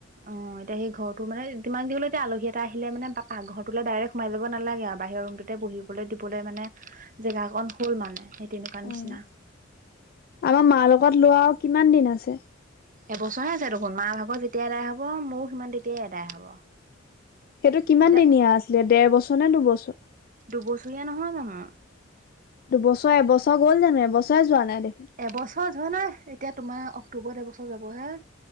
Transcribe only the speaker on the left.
অ'
আমাৰ মাৰ লগত লোৱা আওঁ, কিমান দিন আছে?
সেইটো কিমান
দিনীয়া আছিলে ডেৰ বছৰ নে দুবছৰ?
দুবছৰ, এবছৰ গ'ল জানো? এবছৰে যোৱা নাই দেখোন?